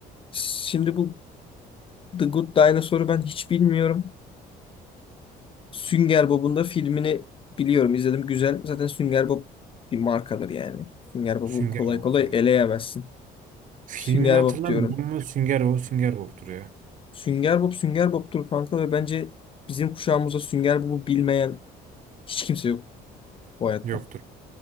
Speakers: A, on the left; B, on the right.
A: şimdi bu The Good Dinosaur'u ben hiç bilmiyorum. Sünger Bob'un da filmini biliyorum. izledim güzel. Zaten Sünger Bob bir markadır yani. Sünger Bob'u
B: Sünger
A: kolay
B: Bob'tu
A: kolay
B: yani.
A: eleyemezsin.
B: Filmini
A: Sünger
B: hatırlamıyorum
A: Bob diyorum.
B: ama Sünger Bob Sünger Bob'tur ya.
A: Sünger Bob Sünger Bob'tur kanka ve bence bizim kuşağımızda Sünger Bob'u bilmeyen hiç kimse yok bu hayatta.
B: Yoktur.